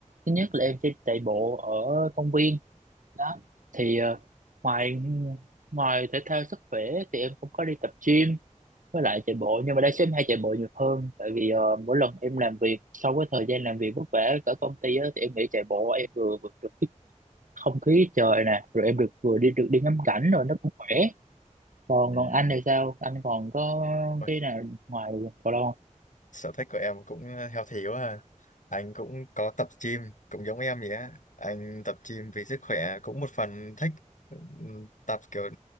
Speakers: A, on the right (about 80°); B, on the left (about 75°).
A: thứ nhất là em sẽ chạy bộ ở công viên đó thì ờ, ngoài ngoài thể thao sức khỏe thì em cũng có đi tập gym với lại chạy bộ nhưng mà đa số em hay chạy bộ nhiều hơn tại vì ờ, mỗi lần em làm việc sau cái thời gian làm việc vất vả ở công ty á, thì em nghĩ chạy bộ em vừa vừa được cái không khí trời nè rồi em được vừa đi được đi ngắm cảnh rồi nó cũng khỏe còn
B: Ừ.
A: còn anh thì sao anh còn có
B: Ôi,
A: cái nào ngoài cầu lông
B: sở thích của em cũng ờ, healthy quá à. anh cũng có tập gym cũng giống em vậy á anh tập gym vì sức khỏe cũng một phần thích Ừm, tập kiểu